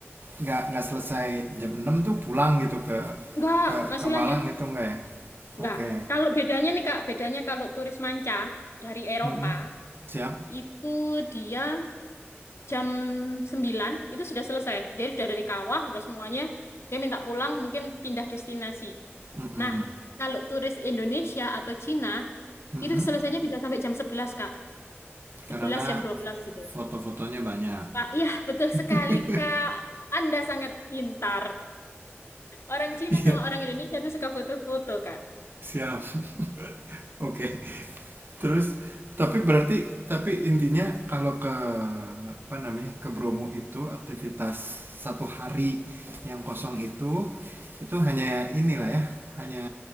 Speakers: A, on the right; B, on the left.
A: nggak nggak selesai jam 6 tuh pulang gitu ke
B: enggak,
A: ke
B: masih
A: ke Malang
B: lanjut.
A: gitu nggak ya?
B: Enggak.
A: Oke.
B: Kalau bedanya nih, Kak. Bedanya kalau turis manca dari Eropa,
A: Mm-mm. Siap.
B: itu dia jam sembilan itu sudah selesai. Dia sudah dari kawah, udah semuanya. Dia minta pulang, mungkin pindah destinasi.
A: Mm-mm.
B: Nah, kalau turis Indonesia atau Cina,
A: Mm-mm.
B: itu selesainya bisa sampai jam 11 Kak.
A: Karena
B: 11 jam 12 gitu.
A: foto-fotonya banyak.
B: Pak, iya betul
A: <laughs>
B: sekali, Kak. Anda sangat pintar. Orang Cina
A: Iya,
B: sama orang Indonesia itu suka foto-foto, Kak.
A: siap. Oke. terus tapi berarti tapi intinya kalau ke apa namanya ke Bromo itu aktivitas satu hari yang kosong itu itu hanya inilah ya hanya